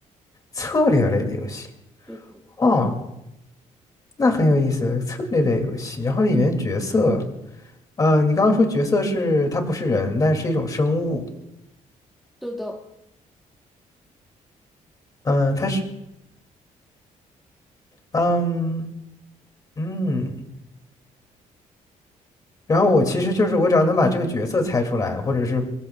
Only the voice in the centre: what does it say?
对对
对的，